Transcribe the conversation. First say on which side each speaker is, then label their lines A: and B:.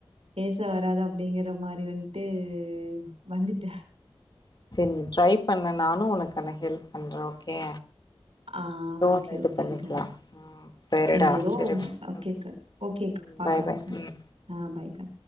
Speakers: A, on the right; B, on the left.
A: பேச வராது அப்டிங்கற மாரி வந் ட்டு வந்துட்டே
B: செரி நீ ட்ரை பண்ணு நானும் உனக்கான ஹெல்ப் பண்றேன் ஓகே
A: ஆஹ்
B: ஏதோ
A: ஓகே
B: ஒன்னு இது
A: ஓகேங்கா
B: பண்ணிக்கலா ம் சரிடா
A: எனக்கு ஏதோ
B: சரி
A: ஒன்னு அ ஓகேக்கா
B: ம்
A: ஓகேக்கா
B: ம்
A: பாக்கலாங்கா
B: பாய் பாய் ம்
A: ஆஹ் பாய்கா